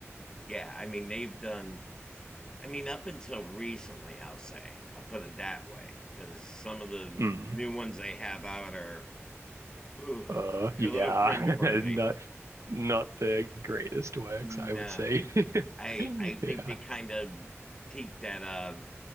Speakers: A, on the left; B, on the right.
A: yeah, I mean they've done. I mean up until recently, I'll say I'll put it that way because some of the
B: mm.
A: new ones they have out are ooh,
B: uh
A: they're
B: yeah
A: a little cringeworthy.
B: <laughs> not not the greatest works
A: No,
B: I would say <laughs>
A: I
B: yeah
A: I think they kind of peaked at uh,